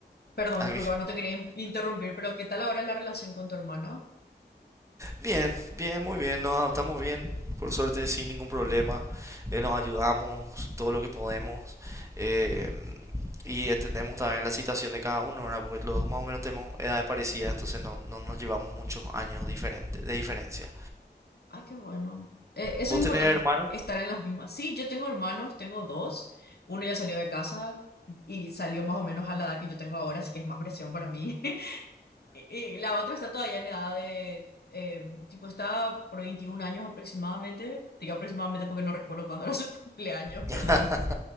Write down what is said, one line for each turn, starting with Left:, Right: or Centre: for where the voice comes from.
Left: Perdón,
Right: ah,
Left: disculpa,
Right: que-
Left: no te quería in- interrumpir, pero ¿qué tal ahora la relación con tu hermana?
Right: Bien, bien, muy bien. Nos adaptamos bien, por suerte, sin ningún problema. Eh, nos ayudamos todo lo que podemos. eh, y entendemos también la situación de cada uno, ¿verdad? Porque los dos más o menos tenemos edades parecidas, entonces no, no nos llevamos muchos años diferentes, de diferencia.
Left: Ay, qué bueno. Eh, eso
Right: ¿Vos
Left: es importante,
Right: tenés hermanos?
Left: estar en las mismas. Sí, yo tengo hermanos, tengo dos. Uno ya salió de casa y salió más o menos a la edad que yo tengo ahora, así que es más presión para mí. <laughs> Y, y la otra está todavía en edad de, eh, tipo, está por 21 años aproximadamente, digo aproximadamente porque no recuerdo cuándo era su <laughs> cumpleaños,
Right: <laughs>
Left: perdón.